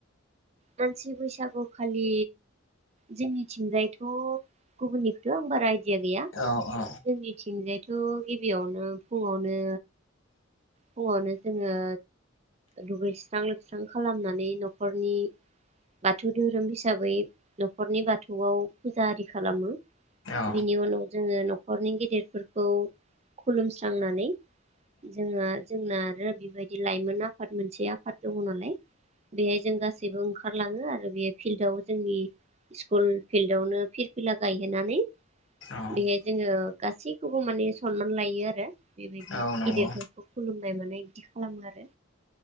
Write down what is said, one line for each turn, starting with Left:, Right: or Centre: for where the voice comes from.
Right: मानसि बैसागु खालि जोंनिथिंजायथ' गुबुननिखौथ' आं बारा दिया गैया
Left: औ औ
Right: जोंनिथिंजायथ' गिबियावनो फुङावनो फुङावनो जोङो दुगैस्रां लोबस्रां खालामनानै न'खरनि बाथौ धोरोम हिसाबै न'खरनि बाथौआव फुजा आरि खालामो
Left: औ
Right: बिनि उनाव जोङो नख हरनि गेदेरफोरखौ खुलुमस्रांनानै जोंङो जोंना आरो बेबायदि लाइमोन आफाद मोनसे आफाद दङ नालाय बेहाय जों गासैबोओं ओंखारलाङो आरो बे फिल्डआव जोंनि स्कुल फिल्डआवनो फिरफिला गायहोनानै
Left: औ
Right: बेहाय जोङो गासैखौबो माने सनमान लायो आरो बेबायदि
Left: औ नंगौ
Right: गिदिरफोरखौ खुलुमनाय मानाय बिदि खालामो आरो